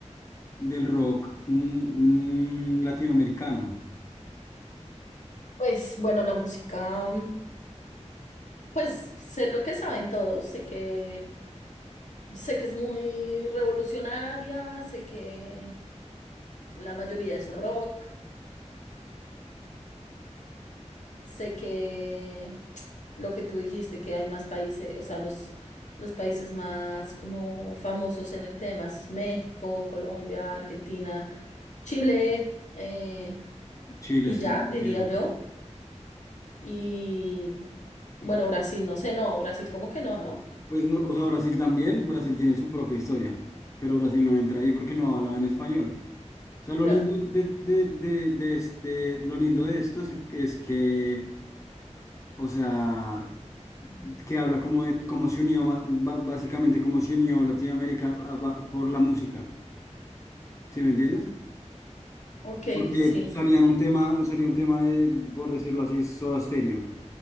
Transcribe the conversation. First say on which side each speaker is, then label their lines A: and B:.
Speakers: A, on the left; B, on the left.
A: del rock mm, mm, latinoamericano?
B: Pues bueno, la música, mm, pues sé lo que saben todos, sé que sé que es muy revolucionaria, sé que la mayoría es rock. Sé que lo que tú dijiste, que hay más países, o sea, los, los países más como famosos en el tema es México, Colombia, Argentina, Chile, eh,
A: Chile,
B: y
A: sí,
B: ya,
A: sí.
B: diría yo. Y
A: sí.
B: bueno, Brasil, no sé, no, Brasil como que no, ¿no?
A: Pues no, o sea, Brasil también, Brasil tiene su propia historia, pero Brasil no entra ahí porque no hablaba en español. O sea, lo
B: Claro.
A: lindo de, de, de, de este, lo lindo de esto es, es que, o sea, que habla como de, como se unió, más- ba- básicamente como se unió Latinoamérica a- ba- por la música, ¿sí me entiendes?
B: Ok,
A: Porque
B: sí,
A: salían un tema, salía un tema de, por decirlo así, Soda Stereo,